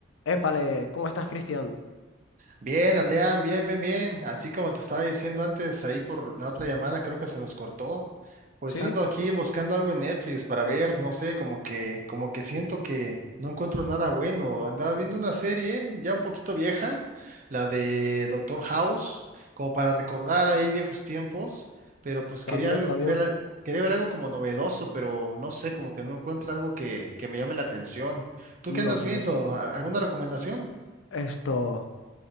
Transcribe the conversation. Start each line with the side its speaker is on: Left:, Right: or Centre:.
Left: Épale, ¿cómo estás, Cristian?
Right: Bien, Adrián, bien, bien, bien. Así como te estaba diciendo antes, ahí por la otra llamada, creo que se nos cortó. Pues
Left: ¿Sí?
Right: ando aquí buscando algo en Netflix para ver, no sé, como que, como que siento que no encuentro nada bueno. Andaba viendo una serie ya un poquito vieja, la de Doctor House, como para recordar ahí viejos tiempos, pero pues
Left: ¿Está
Right: quería
Left: bien?
Right: al-
Left: ¿Está
Right: ver,
Left: bien?
Right: al- quería ver algo como novedoso, pero no sé, como que no encuentro algo que, que me llame la atención. ¿Tú
Left: No,
Right: qué andas
Left: dudoso.
Right: viendo? ¿Al- ¿Alguna recomendación?
Left: Esto,